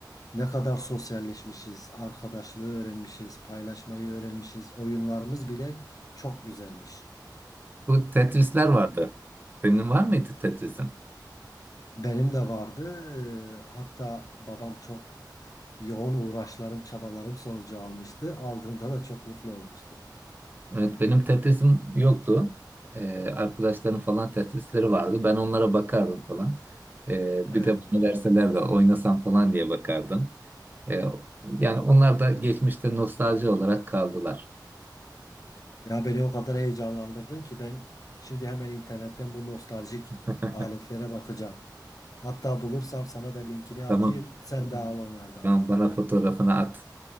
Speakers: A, on the left; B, on the right.
A: Ne kadar sosyalleşmişiz, arkadaşlığı öğrenmişiz, paylaşmayı öğrenmişiz. Oyunlarımız bile çok güzelmiş.
B: bu Tetris'ler vardı. Senin var mıydı Tetris'in?
A: Benim de vardı. Ee, Hatta babam çok yoğun uğraşlarım, çabalarım sonucu almıştı. Aldığında da çok mutlu olmuştu.
B: Evet, benim Tetris'im yoktu. E, arkadaşlarım falan Tetris'leri vardı. Ben onlara bakardım falan. E,
A: Evet.
B: bir de bana verseler de oynasam falan diye bakardım. E, yani onlar da geçmişte nostalji olarak kaldılar.
A: Ya beni o kadar heyecanlandırdın ki ben şimdi hemen internetten bu nostaljik
B: <laughs>
A: aletlere bakacağım. Hatta bulursam sana da linkini
B: Tamam,
A: atayım. Sen de al Tamam. onlardan.
B: tamam bana fotoğrafını at.